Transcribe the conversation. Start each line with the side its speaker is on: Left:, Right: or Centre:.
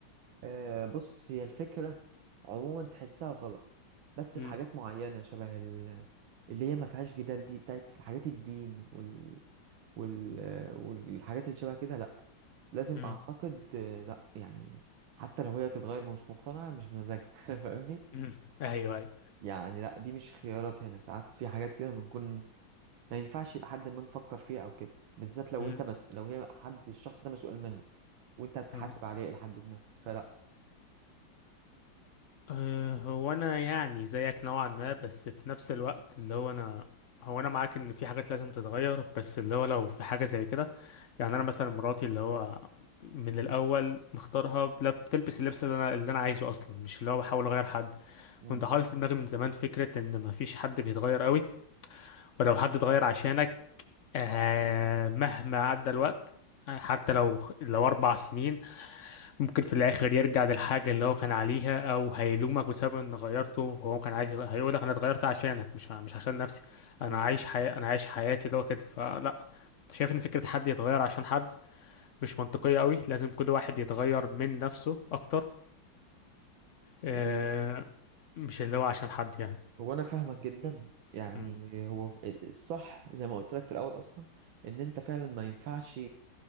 Right: آه بص هي الفكرة عموما تحسها غلط بس
Left: مم.
Right: في حاجات معينة شبه ال... اللي هي ما فيهاش جدال دي بتاعت حاجات الدين وال... وال... آه، والحاجات اللي شبه كده لا لازم
Left: مم.
Right: اعتقد آه، لا يعني حتى لو هي تتغير مش مقتنعة مش بمزاجها <laughs> فاهمني
Left: مم. ايوه ايوه
Right: يعني لا دي مش خيارات هنا ساعات في حاجات كده بنكون ما ينفعش لحد ما نفكر فيها او كده بالذات لو
Left: مم.
Right: انت مس... لو هي حد الشخص ده مسؤول منك وانت هتتحاسب
Left: مم.
Right: عليه لحد ما فلا
Left: أه، هو انا يعني زيك نوعا ما بس في نفس الوقت اللي هو انا هو انا معاك ان في حاجات لازم تتغير بس اللي هو لو في حاجه زي كده يعني انا مثلا مراتي اللي هو من الاول مختارها لا بتلبس اللبس اللي انا اللي انا عايزه اصلا مش اللي هو بحاول اغير حد
Right: مم.
Left: كنت حاطط في دماغي من زمان فكره ان مفيش حد بيتغير قوي ولو حد اتغير عشانك آه مهما عدى الوقت آه، حتى لو لو اربع سنين ممكن في الاخر يرجع للحاجه اللي هو كان عليها او هيلومك بسبب ان غيرته هو كان عايز يغ- هيقولك انا اتغيرت عشانك مش ع- مش عشان نفسي انا
Right: مم.
Left: عايش حي... انا عايش حياتي اللي هو كده فلا شايف ان فكره حد يتغير عشان حد مش منطقية قوي لازم كل واحد يتغير من نفسه أكتر آه،
Right: أم،
Left: مش اللي هو عشان حد يعني
Right: هو انا فاهمك جدا يعني
Left: مم.
Right: هو ف- الصح زي ما قلت لك في الاول اصلا ان انت فعلا ما ينفعش